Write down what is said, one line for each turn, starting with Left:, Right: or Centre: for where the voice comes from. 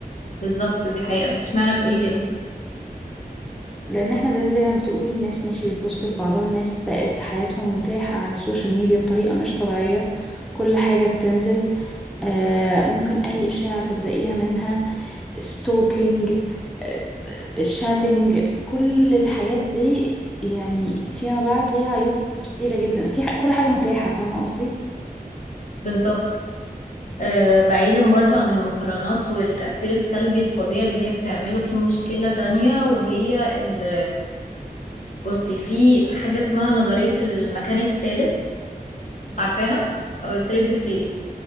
Left: بالظبط دي حقيقة بس اشمعنى بتقولي كده
Centre: لان احنا ده زي ما بتقولي الناس ماشي بتبص لبعضها الناس بقت حياتهم متاحة على السوشيال ميديا بطريقة مش طبيعية كل حاجة بتنزل آه ممكن اي اشاعة تبدأيها منها ستوكينج آه الشاتنج كل الحاجات دي يعني فيما بعد ليها عيوب كتيرة جدا في ح- كل حاجة متاحة فاهمة قصدي
Left: بالظبط آه، بعيدا برضو عن المقارنات والتأثير السلبي الفظيع اللي هي بتعمله في مشكلة تانية وهي ال بصي في حاجة اسمها نظرية المكان الثالث عارفاها أو ال third place